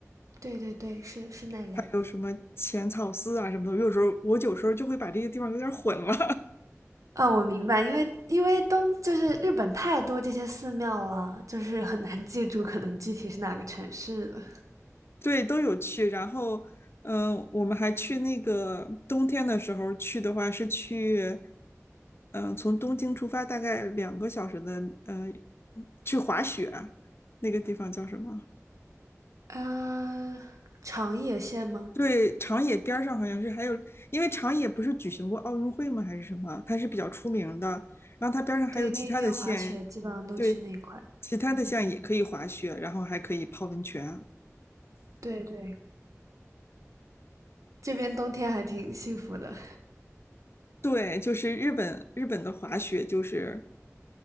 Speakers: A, on the right; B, on the left.
A: 对对对，是是奈良。
B: 还有什么浅草寺啊什么的。有时候我有时候就会把这些地方有点混了。
A: 啊，我明白，因为因为东就是日本太多这些寺庙了，就是很难记住可能具体是哪个城市的。
B: 对，都有去。然后，嗯、我们还去那个冬天的时候去的话，是去，嗯、从东京出发大概两个小时的，嗯、去滑雪，那个地方叫什么？
A: 呃，长野县吗？
B: 对，长野边儿上好像是还有，因为长野不是举行过奥运会吗？还是什么？它是比较出名的。然后它边儿上还有其他的县，
A: 对，那边滑雪基本上都去那块。
B: 对，其他的县也可以滑雪，
A: 嗯，
B: 然后还可以泡温泉。
A: 对对，这边冬天还挺幸福的。
B: 对，就是日本日本的滑雪就是